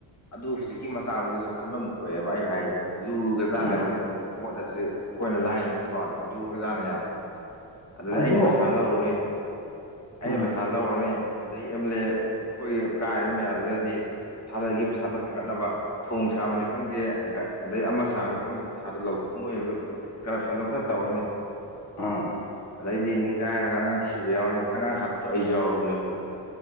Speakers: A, on the left; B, on the left.
A: ꯑꯗꯨ ꯍꯨꯖꯤꯛ ꯀꯤ ꯃꯇꯥꯡꯗꯨꯗꯁꯨ ꯈꯟꯕꯝ ꯊꯣꯛꯑꯦꯕ ꯑꯩ ꯍꯥꯏꯔꯤꯁꯦ ꯂꯨꯒꯖꯥꯠꯅꯦꯕ
B: ꯎꯝ
A: ꯕꯣꯠ ꯑꯁꯦ ꯑꯈꯣꯏꯅ ꯂꯥꯏꯅ ꯈꯟꯕ ꯋꯥꯅꯦ ꯂꯨꯒꯔꯖꯥꯠꯅꯦ ꯌꯥꯝꯅꯥ ꯑꯗꯨꯗ
B: ꯑꯗꯣ
A: ꯑꯩꯅ ꯄꯩꯁꯥ ꯂꯧꯔꯨꯅꯤ ꯑꯩꯅ
B: ꯎꯝ
A: ꯄꯩꯁꯥ ꯂꯧꯔꯨꯔꯅꯤ ꯑꯗꯩ ꯑꯦꯝ ꯂꯦ ꯑꯈꯣꯏ ꯀꯥꯔꯤꯕ ꯃꯌꯥꯝꯁꯤꯅꯗꯤ ꯊꯥꯗꯒꯤ ꯄꯩꯁꯥꯗꯣ ꯍꯪꯒꯠꯅꯕ ꯊꯣꯡ ꯁꯥꯕꯅꯤ ꯈꯪꯗꯦ ꯑꯗꯩ ꯑꯃ ꯁꯥꯕꯅꯤ ꯈꯪꯗꯦ ꯄꯩꯁꯥꯗꯣ ꯂꯧ ꯃꯣꯏꯅꯁꯨ ꯀꯥꯔꯞꯁꯟ ꯗꯣ ꯈꯔ ꯇꯧꯔꯅꯤ
B: ꯑꯥ
A: ꯑꯗꯩꯗꯤ ꯅꯤꯡꯒꯥꯏꯔꯒ ꯑꯉꯥꯡ ꯁꯤꯕ ꯌꯥꯎꯔꯅꯤ ꯑꯉꯥꯡ ꯍꯥꯠꯞꯗꯣ ꯑꯩꯁꯨ ꯌꯥꯎꯔꯕꯅꯦꯕ ꯑꯗꯨꯗ